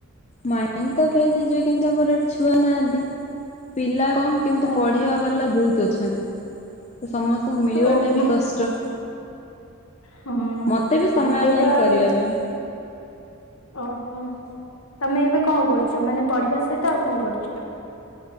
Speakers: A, on the left (about 30°); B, on the left (about 75°).
A: ମାଇଣ୍ଡ ତ ଫ୍ରେଶ ହେଇଯିବ କିନ୍ତୁ ଆମର ଏଠି ଛୁଆ ନାହାନ୍ତି ପିଲା କମ କିନ୍ତୁ
B: ଓହୋ
A: ପଢିବା ବାଲା ବହୁତ ଅଛନ୍ତି ତ ସମସ୍ତଙ୍କୁ ମିଳିବାଟା
B: ଓହୋ।
A: ବି କଷ୍ଟ।
B: ହଁ
A: ମତେ ବି ସମୟ
B: ଏବେକା
A: ନାହିଁ
B: ଆଉ
A: କରିବା ପାଇଁ।
B: ଓହୋ ତମେ ଏବେ କଣ କରୁଛ ମାନେ ପଢିବା ସହିତ ଆଉ କଣ କରୁଛ?